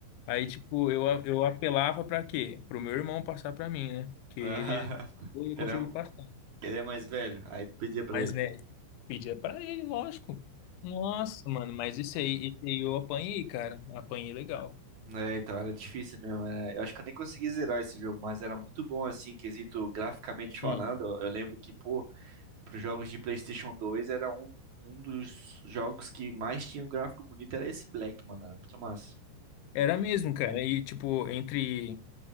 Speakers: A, on the left (about 75°); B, on the right (about 65°).
A: Aí, tipo, eu, a- eu apelava pra quê? Pro meu irmão passar pra mim, né? Que
B: <laughs>
A: ele, ele conseguiu
B: Ele é,
A: passar.
B: ele é mais velho, aí tu pedia pra
A: Mas,
B: ele.
A: velho. Pedia pra ele, lógico. Nossa, mano, mas esse aí, esse aí eu apanhei, cara. Apanhei legal.
B: É, então era difícil mesmo. era- Eu acho que eu nem consegui zerar esse jogo, mas era muito bom, assim, quesito graficamente falando.
A: Hum.
B: Eu eu lembro que, pô, pros jogos de PlayStation 2 era um, um dos jogos que mais tinha um gráfico bonito, era esse Black, mano. Era muito massa.
A: Era mesmo, cara. E, tipo, entre